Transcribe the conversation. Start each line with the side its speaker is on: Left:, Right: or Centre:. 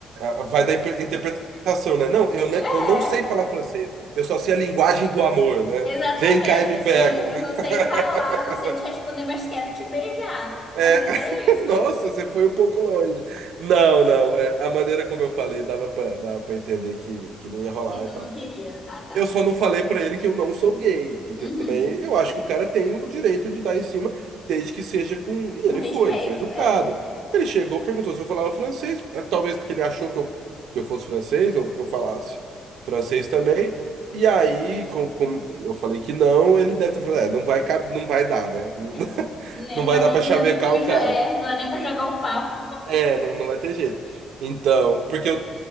Right: é, é, vai da impre- interpretação, né? Não, eu, ne-
Left: É,
Right: eu não sei falar francês, eu só sei a linguagem do amor, né?
Left: exatamente.
Right: Vem cá e me
Left: Tipo assim,
Right: pega.
Left: eu, eu
Right: <laughs>
Left: não sei falar, não sei te responder, mas quero te beijar.
Right: É,
Left: Às vezes
Right: <laughs>
Left: é isso
Right: nossa, você foi um pouco longe. Não, não, é, a maneira como eu falei dava pra, dava pra entender que, que não ia rolar
Left: que tu
Right: e tal.
Left: não queria. Ah, tá.
Right: Eu só não falei pra ele que eu não sou gay, porque
Left: Uhum.
Right: eu também eu acho que o cara tem o direito de dar em cima, desde que seja com. E
Left: Com
Right: ele
Left: respeito,
Right: foi, ele foi educado.
Left: é.
Right: Ele chegou, perguntou se eu falava francês, eh, talvez porque ele achou que eu, que eu fosse francês ou que eu falasse francês também. E aí, como, como eu falei que não, ele deve ter falado, é, não vai, cab- não vai dar, né? Não-
Left: É,
Right: <laughs>
Left: né,
Right: não
Left: não
Right: vai
Left: dá
Right: dar
Left: nem,
Right: pra chavecar
Left: não dá nem pra me
Right: o cara.
Left: jo- é, não dá nem pra jogar o papo.
Right: É, não, não vai ter jeito. Então, porque eu